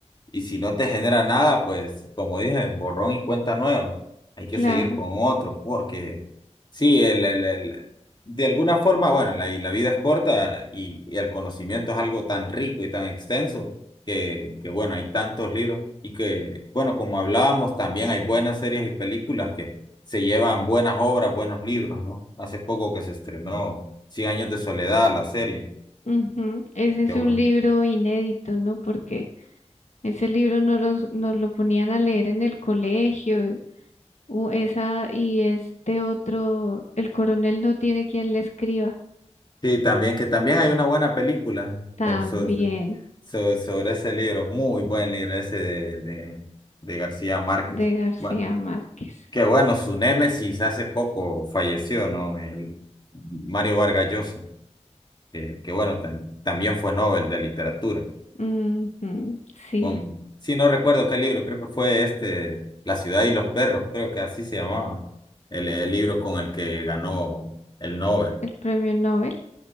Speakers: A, on the left; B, on the left.
A: Y si no te genera nada, pues como dije, borrón y cuenta nueva. Hay que
B: claro.
A: seguir con otro, porque sí, el, el, el- de alguna forma, bueno, la, y la vida es corta y, y el conocimiento es algo tan rico y tan extenso que, que, bueno, hay tantos libros y que, bueno, como hablábamos, también hay buenas series y películas que se llevan buenas obras, buenos libros, ¿no? Hace poco que se estrenó Cien años de soledad, la serie.
B: ujú, Ese es
A: que bueno
B: un libro inédito, ¿no? Porque ese libro no los, nos lo ponían a leer en el colegio Uh, esa y este otro, el coronel no tiene quien le escriba.
A: Sí, también, que también hay una buena película
B: También
A: so- so- so- so- sobre ese libro, muy buen libro ese de, de, de García Márquez.
B: de García
A: Bueno,
B: Márquez.
A: qué bueno, su némesis hace poco falleció, ¿no? El Mario Vargas Llosa, que, que bueno, tam- también fue Nobel de Literatura.
B: Ujú, sí,
A: Con, sí, no recuerdo qué libro, creo que fue este, La ciudad y los perros, creo que así se llamaba, el, el libro con el que ganó el Nobel.
B: el premio Nobel.